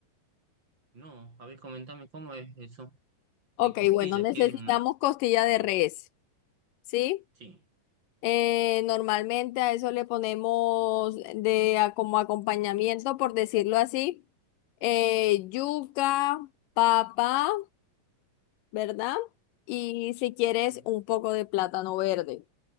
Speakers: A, on the right (about 30°); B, on the left (about 80°).
A: No, a ver, comentame cómo es eso
B: Ok,
A: de costillas,
B: bueno, necesitamos
A: que es una...
B: costilla
A: A
B: de
A: ver,
B: res, ¿sí?
A: sí,
B: Eh, normalmente a eso le ponemos de a- como acompañamiento, por decirlo así, eh, yuca, papa. ¿verdad? Y si quieres
A: sí.
B: un poco de plátano verde.